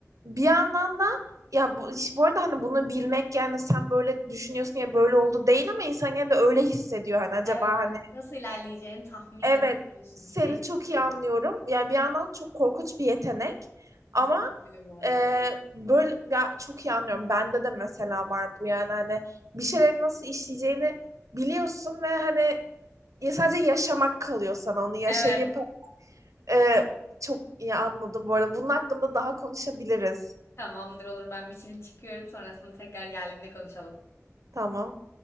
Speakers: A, on the right; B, on the left.
A: bir yandan da ya bu, iş- bu arada hani bunu bilmek yani sen böyle düşünüyorsun ya böyle oldu değil ama insan gene de öyle hissediyor. Hani acaba
B: evet,
A: hani
B: evet. Nasıl ilerleyeceğini tahmin
A: Evet,
B: edebiliyorsun,
A: seni
B: hissediyorsun
A: çok
B: onu.
A: iyi anlıyorum. Yani bir yandan çok korkunç bir yetenek
B: Kesinlikle
A: ama
B: öyle bu arada.
A: e, böyle ya çok iyi anlıyorum. Bende de mesela var bu yani hani bir şeyleri nasıl işleyeceğini biliyorsun ve hani ya sadece yaşamak kalıyor sana onu yaşayıp
B: Evet.
A: e, çok iyi anladım bu arada. Bunun hakkında daha konuşabiliriz.
B: Tamamdır olur ben biçimini çıkıyorum. Sonrasında tekrar geldiğimde konuşalım.
A: Tamam.